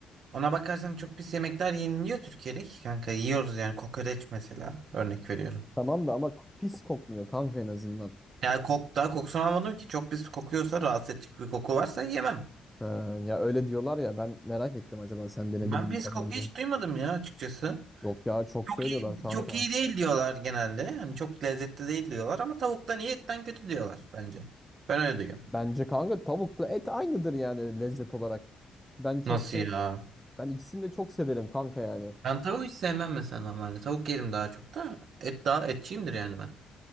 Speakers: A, on the right (about 65°); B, in the centre.
A: ona bakarsan çok pis yemekler yeniliyor Türkiye'de ki kanka. Yiyoruz yani kokoreç mesela örnek veriyorum.
B: Tamam da ama pis kokmuyor kanka en azından.
A: Yani kok, daha kokusunu almadım ki çok pis kokuyorsa rahatsız edecek bir koku varsa yemem.
B: Ha, ya öyle diyorlar ya ben merak ettim acaba sen denedin
A: Ben
B: mi
A: pis
B: falan
A: koku
B: diye.
A: hiç duymadım ya açıkçası.
B: Yok ya çok
A: Çok
B: söylüyorlar
A: iyi,
B: kanka.
A: çok iyi değil diyorlar genelde. Hani çok lezzetli değil diyorlar ama tavuktan iyi etten kötü diyorlar bence. Ben öyle diyorum.
B: Bence kanka tavukla et aynıdır yani lezzet olarak. Ben çok
A: Nasıl
B: şey
A: ya?
B: ben ikisini de çok severim kanka yani.
A: Ben tavuğu hiç sevmem mesela normalde. Tavuk yerim daha çok da. Et daha etçiyimdir yani ben.